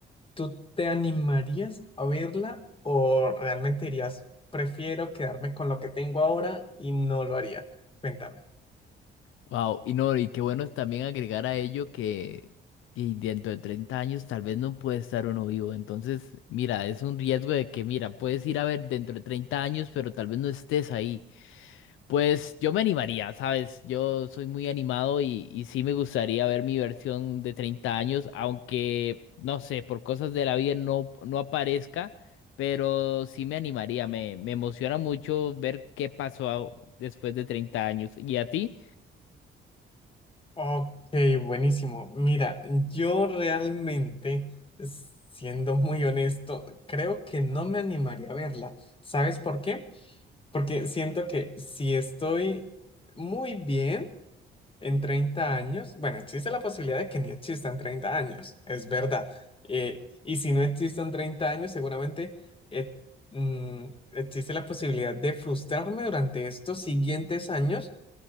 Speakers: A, on the left (about 25°); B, on the left (about 80°).
A: ¿tú te animarías a verla o realmente dirías, prefiero quedarme con lo que tengo ahora y no lo haría? Cuéntame.
B: Wow, y no, y qué bueno también agregar a ello que, que dentro de 30 años tal vez no puede estar uno vivo. Entonces, mira, es un riesgo de que, mira, puedes ir a ver dentro de 30 años, pero tal vez no estés ahí. Pues yo me animaría, ¿sabes? Yo soy muy animado y, y sí me gustaría ver mi versión de 30 años, aunque, no sé, por cosas de la vida no, no aparezca, pero sí me animaría, me, me emociona mucho ver qué pasó después de 30 años. ¿Y a ti?
A: Ok, buenísimo. Mira, yo realmente, s- siendo muy honesto, creo que no me animaría a verla. ¿Sabes por qué? Porque siento que si estoy muy bien en 30 años, bueno, existe la posibilidad de que ni existan 30 años, es verdad. Eh, y si no existen 30 años, seguramente eh, mm, existe la posibilidad de frustrarme durante estos siguientes años